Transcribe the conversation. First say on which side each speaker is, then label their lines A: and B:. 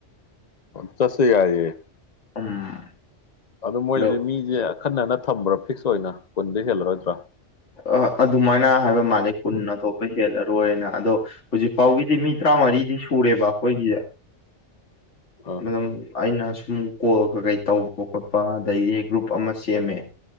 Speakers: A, on the left; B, on the left.
A: ꯆꯠꯁꯦ ꯌꯥꯏꯌꯦ
B: ꯎꯝ
A: ꯑꯗꯨ ꯃꯣꯏꯁꯦ
B: ꯑꯗꯣ
A: ꯃꯤꯁꯦ ꯑꯈꯟꯅꯅ ꯊꯝꯕ꯭ꯔꯥ ꯐꯤꯛꯁ ꯑꯣꯏꯅ ꯀꯨꯟꯗꯤ ꯍꯦꯜꯂꯔꯣꯏꯗ꯭ꯔꯥ
B: ꯑ ꯑꯗꯨꯃꯥꯏꯅ ꯍꯥꯏꯕ ꯃꯥꯜꯂꯤ ꯄꯨꯨꯟꯅ ꯊꯣꯛꯄꯩ ꯍꯦꯜꯂꯔꯣꯏꯅ ꯑꯗꯣ ꯍꯧꯖꯤꯛ ꯐꯥꯎꯒꯤꯗꯤ ꯃꯤ ꯇꯔꯥꯃꯔꯤꯗꯤ ꯁꯨꯔꯦꯕ ꯑꯩꯈꯣꯏꯒꯤꯁꯦ
A: ꯑꯥ
B: ꯎꯝ ꯑꯩꯅ ꯁꯨꯝ ꯀꯣꯜ ꯀꯥꯀꯩ ꯇꯧꯕ ꯈꯣꯠꯄ ꯑꯗꯩꯗꯤ ꯒ꯭ꯔꯨꯞ ꯑꯃ ꯁꯦꯝꯃꯦ